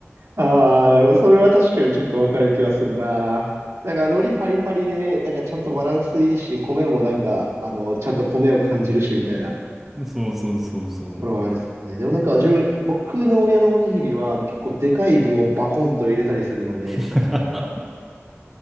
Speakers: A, on the right (about 90°); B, in the centre.
A: ああ、なるほど。それは確かにちょっとわかる気はするな。なんか、海苔パリパリで、なんかちゃんとバランスいいし、米もなんか、あの、ちゃんと米を感じるし、みたいな。
B: う。そうそうそうそう。
A: これはあれですね。でもなんか、自分、僕の親のおにぎりは、あの、結構でかい具をバコンと入れたりするので、
B: <laughs>